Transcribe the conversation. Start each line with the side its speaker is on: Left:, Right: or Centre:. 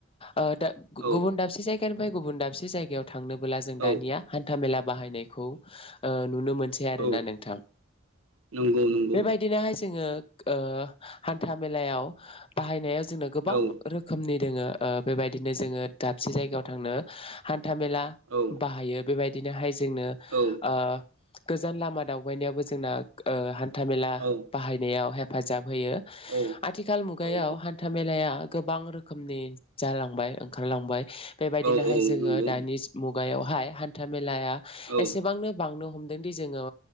Left: ओ दा
Right: औ
Left: गुबुन दाबसे जायगानिफ्राय गुबुन दाबसे जायगायाव थांनोबोला जों
Right: औ
Left: दानिया हान्था मेला बाहायनाय खौ ओ नुनो मोनसै आरोना
Right: औ
Left: नोंथां
Right: नंगौ नंगौ
Left: बेबायदिनोहाय जोङो ओ हान्था मेलायाव बाहायनाया जोंनो गोबां
Right: औ
Left: रोखोमनि दोङो ओ बेबायदिनो जोङो दाबसे जायगायाव थांनो हान था मेला
Right: औ
Left: बाहायो बेबाय बिदिनोहाय जोंनो ओ
Right: औ
Left: गोजान लामा दावबायनायावबो जोंना ओ न्था मेला
Right: औ
Left: बाहायनायाव हे हेफाजाब होयो
Right: औ
Left: आथिखाल मुगायाव
Right: औ
Left: हान्था मेलाया गोबां रोखोमनि जालांबाय ओंखारलांबाय। बेबायदिनोहाय
Right: औ औ
Left: जोङो
Right: नंगौ
Left: दानि मु मुगायावहाय हान्था मेलाया
Right: औ
Left: एसेबांनो बांनो हम दोंदि जोङो